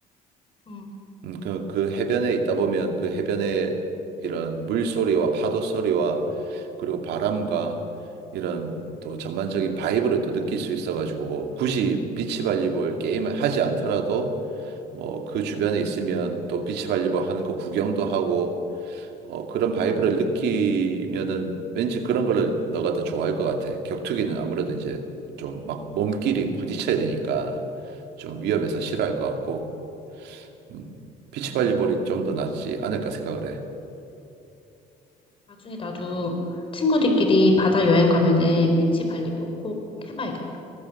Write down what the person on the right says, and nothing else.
음, 그, 그 해변에 있다 보면 그 해변에 이런 물소리와 파도 소리와 그리고 바람과 이런 또 전반적인 바이브를 또 느낄 수 있어가지고 굳이 비치발리볼 게임을 하지 않더라도 뭐 그 주변에 있으면 또 비치발리볼 하는 거 구경도 하고 어, 그런 바이브를 느끼면은 왠지 그런 거를 너가 더 좋아할 것 같아. 격투기는 아무래도 이제 좀 막 몸끼리 부딪혀야 되니까 좀 위험해서 싫어할 것 같고. 음, 비치발리볼이 좀 더 낫지 않을까 생각을 해.